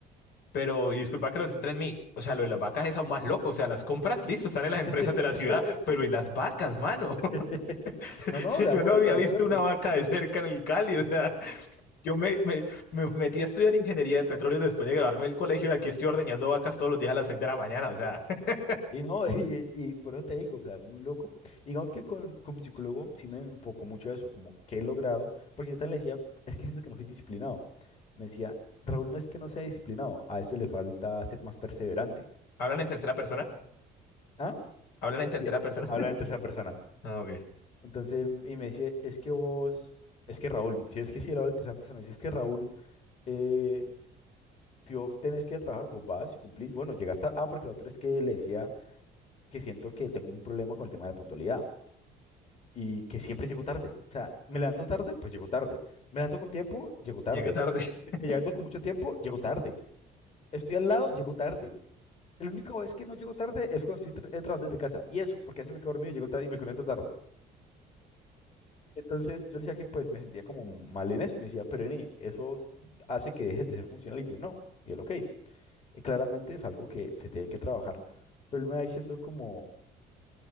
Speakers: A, on the left; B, on the left.
A: pero y disculpa que lo centre en mí. O sea, lo de las vacas es aún más loco. O sea, las compras, <laughs> listo, están en
B: <laughs>
A: las empresas de la ciudad, pero ¿y las vacas, mano?
B: <laughs>
A: <laughs>
B: No, no,
A: Si
B: de
A: yo
B: acuerdo,
A: no había
B: de
A: visto
B: acuerdo.
A: una vaca de cerca en el Cali, o sea. Yo me, me, me metí a estudiar ingeniería de petróleo después de graduarme del colegio y aquí estoy ordeñando vacas todos los días a las 6 de la mañana. O sea, <laughs>
B: Y no, <laughs> y, y por eso te digo, o sea, muy loco. Y digamos que con, con mi psicólogo sí me enfocó mucho eso, como que he logrado, porque yo también le decía, es que siento que no soy disciplinado. Me decía, Raúl no es que no sea disciplinado, a ese le falta ser más perseverante.
A: ¿hablan en tercera persona?
B: ¿Ah?
A: ¿Hablan en tercera
B: Sí,
A: persona?
B: habla
A: <laughs>
B: en tercera persona.
A: Ah, ok.
B: Entonces, y me decía, es que vos, es que Raúl, si es que si él habla en tercera persona, me dice, es que Raúl, eh, si vos tenés que ir a trabajar, vos vas y cumplís. Bueno, llegaste, a- ah, porque lo otro es que le decía que siento que tengo un problema con el tema de la puntualidad. y que siempre llego tarde. O sea, me levanto tarde, pues llego tarde. Me levanto con tiempo, llego tarde.
A: Llega tarde. <laughs>
B: Me levanto con mucho tiempo, llego tarde. Estoy al lado, llego tarde. El único vez que no llego tarde es cuando estoy tra- eh, trabajando desde casa. Y eso, porque a veces me quedo dormido y llego tarde y me conecto tarde. Entonces yo le decía que pues me sentía como mal en eso. y Me decía, pero Eni, eso hace que dejes de ser funcional. Y yo no. Y él, ok. Y claramente es algo que se tiene que trabajar. Pero él me va diciendo como,